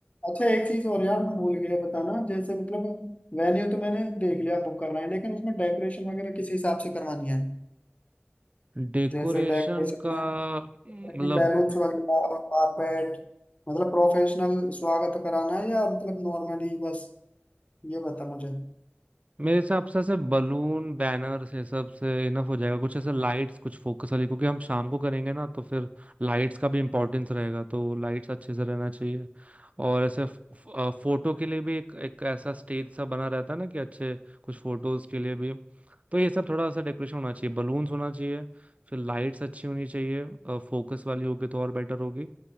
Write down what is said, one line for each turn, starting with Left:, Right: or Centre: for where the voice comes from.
Left: अच्छा एक चीज और यार मैं भूल गया बताना जैसे मतलब वेन्यू तो मैंने देख लिया बुक करना है लेकिन उसमें डेकोरेशन वगैरह किस हिसाब से करवानी है
Right: डेकोरेशन
Left: जैसे डेकोरेशन
Right: का
Left: में
Right: मतलब
Left: भी बैलून्स वगैरह और कारपेट मतलब प्रोफेशनल स्वागत कराना है या मतलब नॉर्मली बस ये बता मुझे
Right: मेरे हिसाब से ऐसे बलून बैनर्स ये सब से इनफ हो जाएगा कुछ ऐसे लाइट्स कुछ फोकस वाली क्योंकि हम शाम को करेंगे ना तो फिर लाइट्स का भी इम्पोर्टेंस रहेगा तो लाइट्स अच्छे से रहना चाहिए और ऐसे फोटो के लिए भी एक एक ऐसा स्टेज सा बना रहता है ना कि अच्छे कुछ फोटोज के लिए भी तो ये सब थोड़ा सा डेकोरेशन होना चाहिए बलून्स होना चाहिए फिर लाइट्स अच्छी होनी चाहिए फोकस वाली होगी तो और बेटर होगी